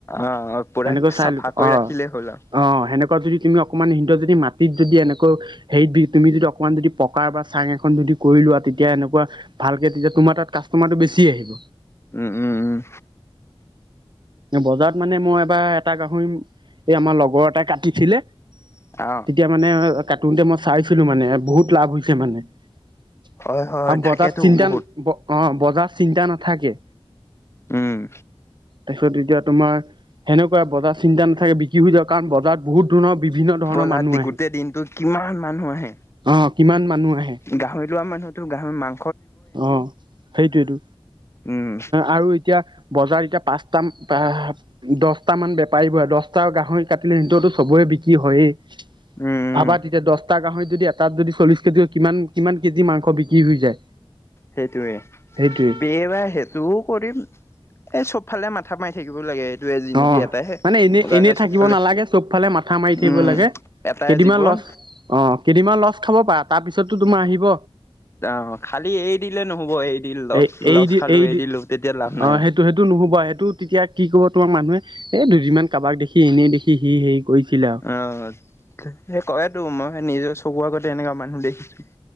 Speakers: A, on the left; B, on the right.
A: অ' পুৰা
B: সেনেকৈ
A: চাফা
B: চাই ল-
A: কৈ
B: অ
A: ৰাখিলেই হ'ল আৰু
B: অ সেনেকুৱা যদি তুমি অকমান সিহঁ যদি মাটিত যদি এনেকুৱা হেৰিত তুমি যদি অকনমান যদি পকাৰ বা চাং এখন যদি কৰি লোৱা তেতিয়া এনেকুৱা ভালকে তেতিয়া তোমাৰ তাত কাষ্টমাৰটো বেছি আহিব।
A: উম উম উম।
B: বজাৰত মানে মই এবাৰ এটা গাহৰি ম এই আমাৰ লগৰ এটাই কাটিছিলে তেতিয়া
A: অ
B: মানে আ কাটোঁতে মই চাইছিলো মানে, বহুত লাভ হৈছে মানে আৰু
A: হয় হয় থাকেতো
B: বজাত চিন্তানল,
A: বহুত
B: অ' বজাত চিন্তা নাথাকে।
A: উম।
B: তাৰপিছত এতিয়া তোমাৰ সেনেকুৱা বজাত চি চিন্তা নথাকে বিক্ৰী হৈ যায়। কাৰণ বজত বহুত ধৰণৰ বিভিন্ন ধৰণৰ
A: বজাত
B: মানুহ
A: গোটেই
B: আহে
A: দিনতটো কিমান মানুহ আহে।
B: অ কিমান মানুহ আহে
A: গাহৰি লোৱা মানুহতো গাহৰি মং
B: অ', সেইটোয়েইটো
A: উম,
B: আৰু এতিয়া বজাৰ এতিয়া পাঁচটামান বা দহটামান বেপাৰীৰ পৰা দহটা গাহৰি কাটিলেই সিহঁতৰতো চবৰে বিক্ৰী হয়েই
A: উম,
B: ভাবা তেতিয়া দছটা গাহৰিত যদি এটাত যদি চল্লিশ কেজি, কিমান কিমান কেজি মাংস বিক্ৰী হৈ যায়।
A: সেইটোৱেই,
B: সেইটোৱে
A: এইবাৰ সেইটোও কৰিম। এই চবফালে মাথা মাৰি থাকিব লাগে। এইটোৱে জিন্দগী
B: অ',
A: এটাইহে।
B: মানে এনেই
A: মজাকে
B: এনে থাকিব
A: চবফালে
B: নালাগে, চবফালে মাথা মাৰি থাকিব
A: উম,
B: লাগে।
A: এটাই
B: কেইদিনমান
A: জীৱন।
B: ল'ছ, অ' কেইদিনমান ল'ছ খাব পাৰা তাৰপিছতো তোমাৰ আহিব।
A: অ', খালি এৰি দিলে নহ'ব। এই দি ল'ছ
B: এ এই
A: ল'ছ
B: দি
A: খালো, এই
B: দি
A: দিলো, তেতিয়া লাভ নাই
B: অ
A: আৰু
B: সেইটো সেইটো নুশুবা সেইটো তেতিয়া কি কব তোমাক মানুহে, এই দুদিনমান কাৰোবাক দেখি, এনেই দেখি সি হেৰি কৰিছিলে আৰু
A: অ', সেই কয়তো, মইহে নিজৰ চ চকুৰ আগতে এনেকুৱা মানুহ দেখিছো।